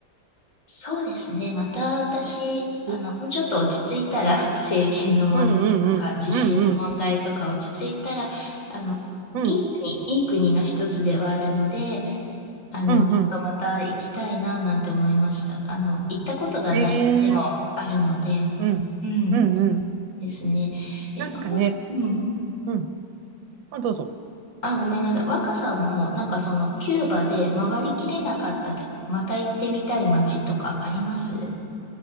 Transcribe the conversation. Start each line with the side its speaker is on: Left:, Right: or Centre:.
Left: そうですね。また私、あの、
Right: おうん
Left: もうちょっと落ち着いたら、<laughs> 政権の問題とか、
Right: うんうん。
Left: 地震の問題とか落ち着いたら、
Right: うんうん。
Left: あの、
Right: うん。
Left: いい国、いい国の一つではあるので、あの、
Right: うんうん。
Left: ちょっとまた行きたいな、なんて思いました。あの、行ったことがない街もあるので、
Right: へえ。うん。
Left: うん、
Right: うんうん。
Left: ですね。え、
Right: なんかね。
Left: わこうん。
Right: うん。あ、どうぞ。
Left: あ、ごめんなさい。若さんも、なんかその、キューバで回りきれなかったけど、また行ってみたい街とかあります